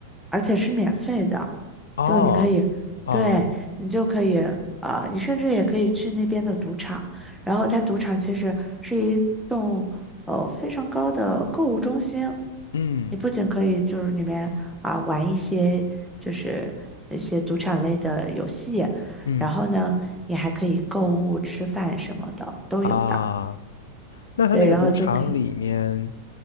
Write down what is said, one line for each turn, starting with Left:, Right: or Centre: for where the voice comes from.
Centre: 而且是免费的，
Left: 哦，
Centre: 就你可以，
Left: 哦，
Centre: 对，你就可以，呃，你甚至也可以去那边的赌场，然后它赌场其实是一栋呃非常高的购物中心，
Left: 嗯
Centre: 你不仅可以就是里面啊、玩一些就是一些赌场类的游戏，
Left: 嗯
Centre: 然后呢，你还可以购物、吃饭什么的都有的，
Left: 啊，那它那个赌场里面。
Centre: 对，然后就可以。